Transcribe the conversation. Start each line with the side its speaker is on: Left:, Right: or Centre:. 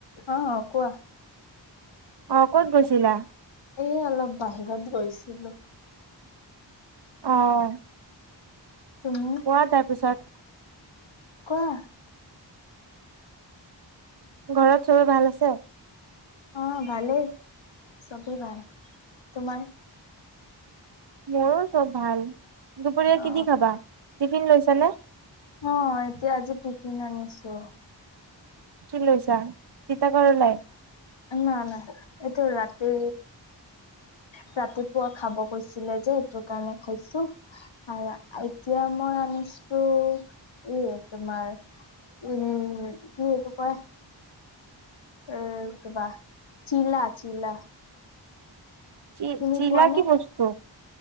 Left: অ', কোৱা।
Right: অ', ক'ত গৈছিলা।
Left: এ অলপ বাহিৰত গৈছিলো।
Right: অ'।
Left: তুমি
Right: কোৱা তাৰ পিছত।
Left: কোৱা।
Right: ঘৰত চবে ভাল আছে।
Left: অ', ভালেই চবেই ভালে তোমাৰ।
Right: মোৰো চব ভাল দুপৰীয়া
Left: অ
Right: কি দি খাবা টিফিন লৈছা নে।
Left: অ', এতিয়া আজি টিফিন আনিছো।
Right: কি লৈছা তিতা কৰেলাই।
Left: না না না এইটো ৰাতি ৰাতিপুৱা খাব কৈছিলে যে এইটো কাৰণে খাইছো। আৰু এতিয়া মই আনিছোঁ ই তোমাৰ উম' কি এইটো কয়? উম' তোমাৰ চিলা চিলা।
Right: চি
Left: চিনি
Right: চিলা
Left: পোৱা নে?
Right: কি বস্তু?